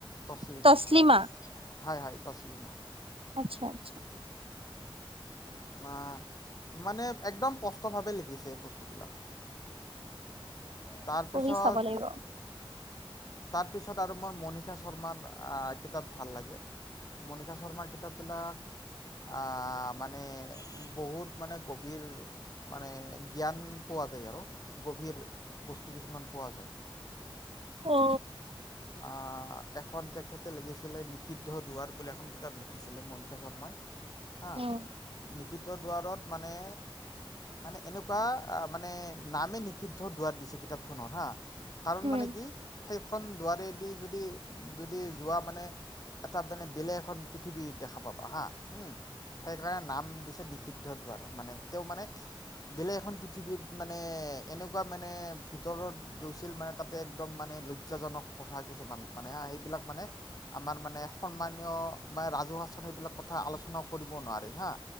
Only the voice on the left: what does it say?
Taslima
Taslima হয় হয় টছলিমা
আ মানে একদম স্পষ্টভাৱে লিখিছে বস্তুবিলাক তাৰপিছত
তাৰপিছত আৰু মোৰ মণিষা শৰ্মাৰ আ কিতাপ ভাল লাগে মণিষা শৰ্মাৰ কিতাপ বিলাক আ মানে বহুত মানে গভীৰ মানে জ্ঞান পোৱা যায় আৰু গভীৰ বস্তু কিছুমান পোৱা যায়
আ এখন তেখেতে লিখিছিলে নিষিদ্ধ দুৱাৰ বুলি এখন কিতাপ লিখিছিলে মণিষা শৰ্মাই হাঁ
নিষিদ্ধ দুৱাৰত মানে মানে এনেকুৱা আ মানে নামে নিষিদ্ধ দুৱাৰ দিছ এই কিতাপখন অহা, কাৰণ
মানে কি সেইখন দুৱাৰেদি যদি যদি যোৱা মানে এটা বেনে বেলেগ এখন পৃথিৱী দেখা পাবা হা হুম। সেইকাৰণে নাম দিছে নিষিদ্ধ দুৱাৰ মানে তেওঁ মানে বেলেগ এখন পৃথিৱীত মানে এনেকুৱা মানে ভিতৰত গৈছিল মানে তাতে একদম মানে লজ্জাজনক কথা কিছুমান মানে হা সেইবিলাক মানে আমাৰ মানে সন্মানীয় মানে ৰাজহুৱা স্থানত সেইবিলাক কথা আলোচনাও কৰিব নোৱাৰি হা।